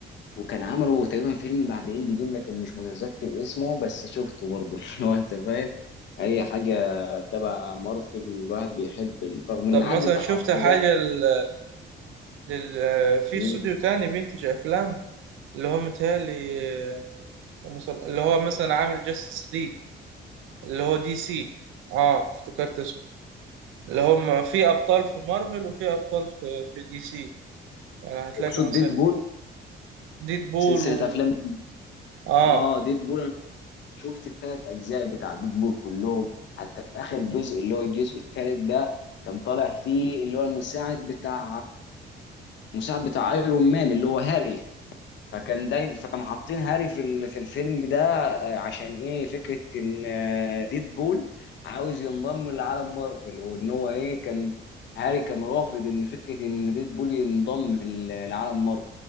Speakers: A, on the left; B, on the right.
A: وكان عملوا تقريبا فيلم بعد إند جيم لكن مش متذكر اسمه بس شفته برضه <laughs> اللي هو أنت فاهم أي حاجة تبع مارفل الواحد بيحب رغم إن
B: طب
A: عندي
B: مثلا
A: تحفظات
B: شفت حاجة ل- لل... في
A: من
B: استوديو تاني بينتج أفلام اللي هو متهيألي آه، اللي هو مثلا عامل جاستس ليج اللي هو دي سي اه افتكرت اسمه اللي هم في أبطال في مارفل وفي أبطال في في دي سي يعني هتلاقي
A: أقصد
B: مثلا
A: ديد بول
B: ديد بول
A: سلسلة
B: و
A: أفلام
B: اه
A: آه ديد بول شفت التلات اجزاء بتاع بيت بول كلهم حتى في اخر جزء اللي هو الجزء التالت ده كان طالع فيه اللي هو المساعد بتاع المساعد بتاع ايرون مان اللي هو هاري فكان دايما فكانوا حاطين هاري في ال- في الفيلم ده آه، عشان ايه فكره ان آه، ديدبول عاوز ينضم لعالم مارفل وان هو ايه كان هاري كان رافض ان فكره ان ديدبول ينضم ل- لعالم مارفل